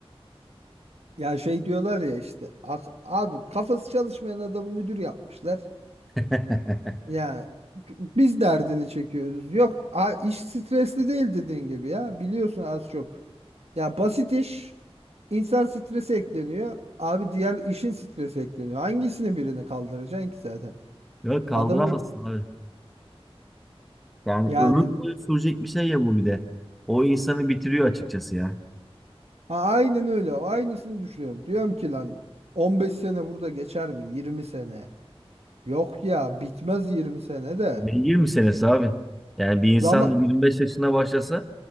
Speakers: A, on the right; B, in the centre.
A: Ya şey diyorlar ya işte ak- abi kafası çalışmayan adamı müdür yapmışlar.
B: <laughs>
A: Ya t- biz derdini çekiyoruz. Yok a- iş stresli değil dediğin gibi ya. Biliyorsun az çok. Ya basit iş insan stresi ekleniyor. Abi diğer işin stresi ekleniyor. Hangisini birine kaldıracaksın ki zaten?
B: Ya kaldıramazsın
A: Adamı
B: abi. Yani
A: yani
B: ömür boyu sürecek bir şey ya bu bir de. O insanı bitiriyor açıkçası ya.
A: ha, aynen öyle. O aynısını düşünüyorum. Diyorum ki lan 15 sene burada geçer mi? 20 sene. Yok ya bitmez 20 sene de.
B: Ne 20 senesi abi. Yani bir insan
A: Zaman
B: 25 yaşında başlasa